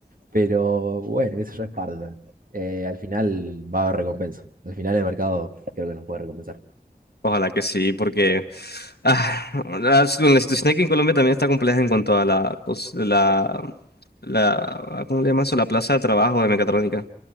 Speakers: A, on the right (about 60°); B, on the left (about 80°).
A: Pero bueno, eso ya es parte también. Eh, al final va a haber recompensa. Al final el mercado creo que nos puede recompensar.
B: Ojalá que sí, porque ah, la, situ- la situación aquí en Colombia también está compleja en cuanto a la, cos- la, la- ¿cómo le llaman eso? La plaza de trabajo de mecatrónica.